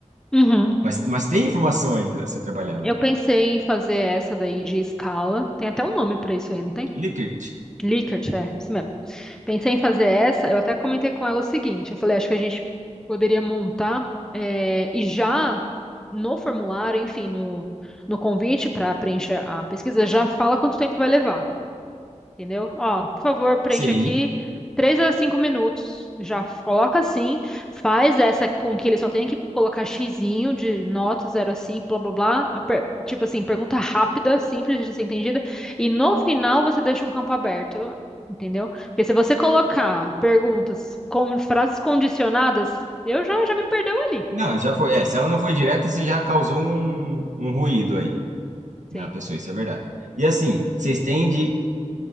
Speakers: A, in the centre; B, on the right (about 80°).
A: Uhum.
B: Mas, mas tem informação aí para ser trabalhada.
A: Eu pensei em fazer essa daí de escala. Tem até um nome para isso aí, não tem?
B: Likert.
A: Likert, é, isso mesmo. Pensei em fazer essa, eu até comentei com ela o seguinte, eu falei, acho que a gente poderia montar eh, e já no formulário, enfim, no, no convite para preencher a pesquisa, já fala quanto tempo vai levar. Entendeu? Ó, por favor, preenche
B: Sim.
A: aqui 3 a 5 minutos. Já f- coloca assim, faz essa com que ele só tenha que colocar xizinho de nota zero a 5, blá blá blá. A per- Tipo assim, pergunta rápida, simples de ser entendida. E no final você deixa um campo aberto, entendeu? Porque se você colocar perguntas com frases condicionadas, eu já, já me perdeu ali.
B: Não, já foi. É, se ela não foi direta, você já causou um, um ruído aí na
A: Sim.
B: pessoa, isso é verdade. E assim, vocês têm de.